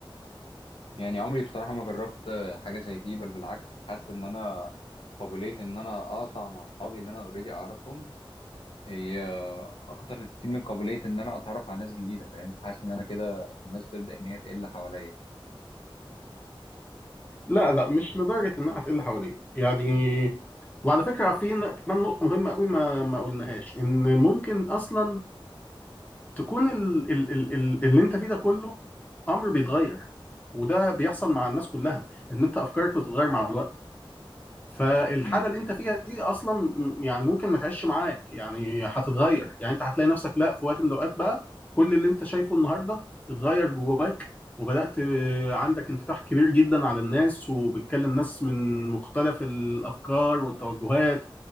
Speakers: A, on the left; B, on the left.
A: يعني عمري بصراحة ما جربت آه، حاجة زي دي بل بالعكس حاسس ان انا قابلية ان انا اقطع مع اصحابي اللي انا اوريدي اعرفهم هي اكتر كتير من قابلية ان انا اتعرف على ناس جديدة فاهم حاسس ان انا كده الناس تبدأ ان هي تقل حواليا
B: لا لا مش لدرجه انها هتقل حواليك يعني وعلى فكره في ن- كمان نقطه مهمه قوي ما ما قلناهاش ان ممكن اصلا تكون ال ال ال ال اللي انت فيه ده كله امر بيتغير وده بيحصل مع الناس كلها ان انت افكارك بتتغير مع الوقت فالحاله
A: امم.
B: اللي انت فيها دي اصلا م- يعني ممكن ما تعيش معاك يعني هتتغير يعني انت هتلاقي نفسك لا في وقت من الاوقات بقى كل اللي انت شايفه النهارده اتغير جواك وبدات آه، عندك انفتاح كبير جدا على الناس وبتكلم ناس من مختلف الافكار والتوجهات